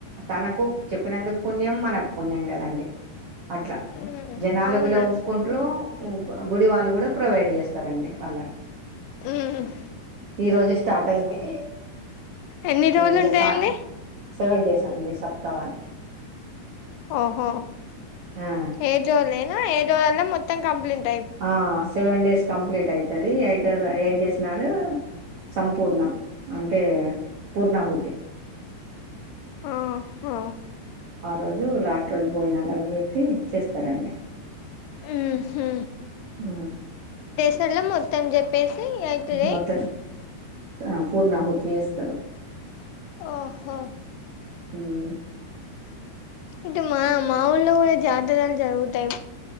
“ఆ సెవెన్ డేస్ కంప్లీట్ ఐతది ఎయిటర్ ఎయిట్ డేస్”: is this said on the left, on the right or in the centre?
Right